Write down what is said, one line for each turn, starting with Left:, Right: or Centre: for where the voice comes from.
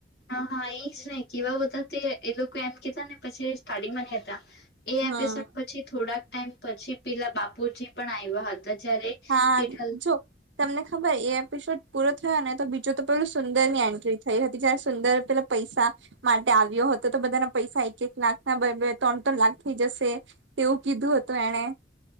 Left: હા હા એ જ ને કેવા બધા તે એ લોકો એમ કેતા ને પછી સ્ટાર્ટિંગમાં નઈ હતા એ
Right: હમ
Left: એપિસોડ પછી થોડાક ટમ પછી પેલા બાપુજી પણ આવ્યા હતા. જયારે
Right: હા
Left: જેઠલ
Right: જો તમને ખબર એ એપિસોડ પૂર અને તો બીજું તો પેલું સુંદર ની એન્ટ્રી થઈ હતી જયારે સુંદર પેલા પૈસા માટે આવ્યો હતો તો બધાના પૈસા એક એક લાખ નાબ ત્રણ ત્રણ લાખ થઇ જશે તેવું કીધું હતું એણે